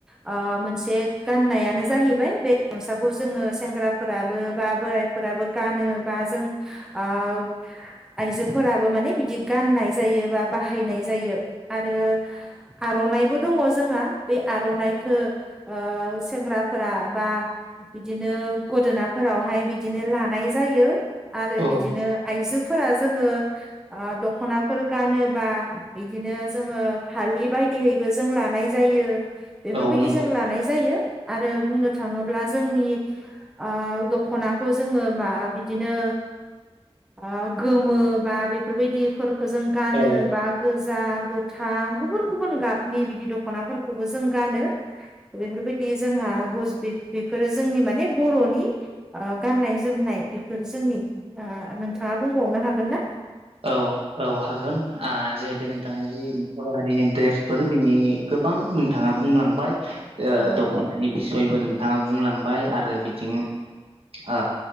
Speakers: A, in the centre; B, on the right (about 60°).
A: ओ मोनसे गाननायानो जाहैबाय बे गामसाखौ जोङो सेंग्राफोराबो बा बोरायफोराबो गानो। बा जों ओ आइजोफोराबो माने बिदि गाननाय जायो बा बा हायनाय जायो आरो आर'नाइबो दङ' जोंहा बे आर'नाइखो ओह सेंग्राफोरा बा बिदिनो गोदोनाफोरावहाय बिदिनो लानाय जायो। आरो
B: औ
A: बिदिनो आइजोफोरा जोङो ओ दख'नाफोर गानोबा बिदिनो जोङो फालि बायदियैबो जों लानाय जायो। बेफोरबायदि
B: औ नोंगौ
A: जों लानाय जायो। आरो बुंनो थाङोब्ला जोंनि ओ दख'नाखौ जोङो मा बिदिनो ओ गोमो बा बेफोरबायदिफोरखौ जों गानो
B: औ
A: बा जा गोथां गुबुन गुबुन गाबनि बिदि दख'नाफोरखौबो जों गानो बेनिफ्राय बे बेयो जोंहा बुस बिद बिफोरो जोंनि माने बर'नि गाननाय जोमनाय बेफोर जोंनि आह नोंथाङा बुंबावनो हागोन ना?
B: औ औ हागोन आह जिहेतु नोंथाङा जि बर' हारिनि ड्रेसफोर बिनि गोबां नोंथाङा बुंलांबाय
A: औ
B: दख'नानि बिसयबो नों थाङा बुंलांबाय आरो बिथिं ओ